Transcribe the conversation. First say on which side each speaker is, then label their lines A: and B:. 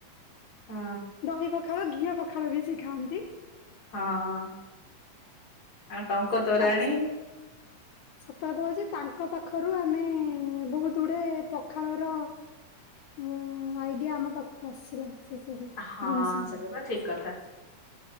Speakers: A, on the left (about 30°); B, on the left (about 75°).
A: ହୁଁ
B: ଦହି ପଖାଳ ଘିଅ ପଖାଳ ବି ସେ ଖାଆନ୍ତି।
A: ହଁ ଆଉ ଟଙ୍କ ତୋରାଣୀ
B: ଆ ସତ କଥା ହଉଛି ତାଙ୍କ ପାଖରୁ ଆମେ ବହୁତ ଗୁଡେ ପଖାଳ ର ମୁଁ ଆଇଡିଆ ଆମ ପାଖକୁ ଆସିଲା। ସେ ସବୁ
A: ହଁ
B: ଜିନିଷର
A: ସେଟା ତ ଠିକ କଥା